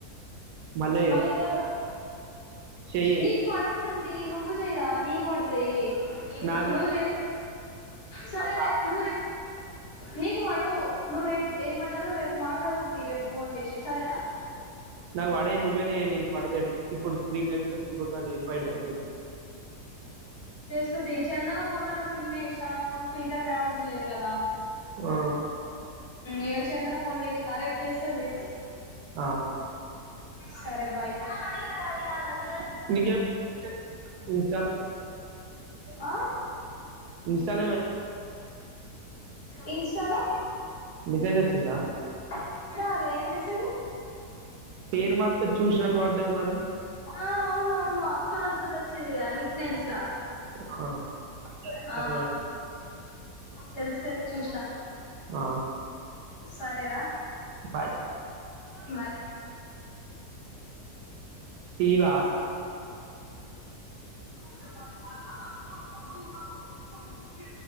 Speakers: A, on the right (about 75°); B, on the left (about 75°).
A: మళ్ళా చెయ్యి.
B: మల్ల
A: టెన్
B: జెయ్యాల
A: మినిట్స్ చెయ్యి.
B: నీక్ పడున్ అంటిీ నువ్వు జయరా నీగ వాడతయి
A: నాకు
B: ను్జ అ సరే
A: నాకు
B: రే
A: రాదు.
B: నూరు నీకు పడవు నువ్వు రేపు ఏమంటారు రేపు మాట్లాడుతు రేపుోన్ చేసి సరేనా
A: నాగ వాడే నువ్వేనేని పడితే ఇప్పుడు త్రీ టైమ్స్ంకోసే ఫైవ్ టైమ్స్
B: అతి చెందన ఫోన్ లో నా సిమ్ వే ఇస్తాను ఫోన్ స్పీకర్ వినబడతలేదు కదా
A: ఆ
B: ఇక చెందన ఫోన్ లేసినా రేపు చేస్తుంది
A: ఆ
B: సరే బాయ్. అ అదాల అడిాల అద
A: మెకెవర్ <unintelligible>
B: ఆ
A: ఇన్‌స్టాలో ఏమైనా
B: ఇన్స్టాలో
A: మెసేజ్ వచ్చిందా
B: ఇప్పుడాల ఏం మెసేజ్
A: పేరు మార్త చూసినట్టు పడ్దది మరి
B: ఆ అవున అవును అక్క అనుకుంట వచ్చింది అన్నిక్ నేమ్స్ లా
A: అ
B: ఆ తెలుసు తెలుసు చూసిన
A: ఆ
B: సరేరా.
A: బాయ్.
B: బాయ్
A: టీ వా
B: చెప్పాలి అబలు ఉన్నప్పుడు గు